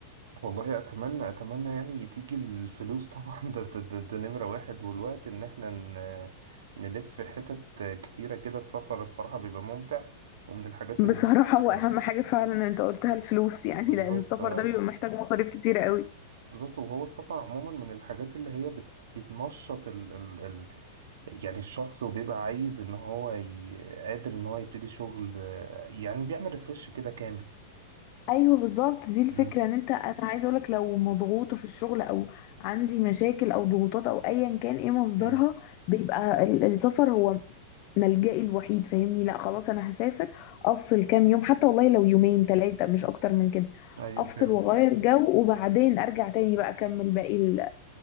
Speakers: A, on the right (about 85°); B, on the left (about 30°).
A: والله اتمنى اتمنى يعني تيجي الفلوس طبعا <laughs> ده ده, ده, ده نمرة واحد والوقت ان احنا ن- نلف حتت كتيرة كده السفر الصراحة بيبقى ممتع ومن الحاجات اللي
B: بصراحة
A: <laughs>
B: هو أهم حاجة فعلا أنت قلتها الفلوس يعني
A: بالظبط
B: لأن السفر
A: اه
B: ده بيبقى محتاج مصاريف كتيرة قوي
A: بالظبط وهو السفر عموما من الحاجات اللي هي بت... بتنشط ال... ال... يعني الشخص وبيبقى عايز ان هو ي... قادر ان هو يبتدي شغل آه، يعني بيعمل ريفرش كده كامل
B: ايوه بالظبط دي الفكره
A: امم
B: ان انت انا عايزه اقولك لو مضغوطه في الشغل او عندي مشاكل او ضغوطات او ايا كان ايه مصدرها
A: امم
B: بيبقى ال- السفر هو ملجئي الوحيد فاهمني لا خلاص انا هسافر افصل كام يوم حتى والله لو يومين ثلاثه مش اكتر من كده
A: ايوه
B: افصل
A: فهمتك
B: واغير جو وبعدين ارجع تاني بقى اكمل باقي ال-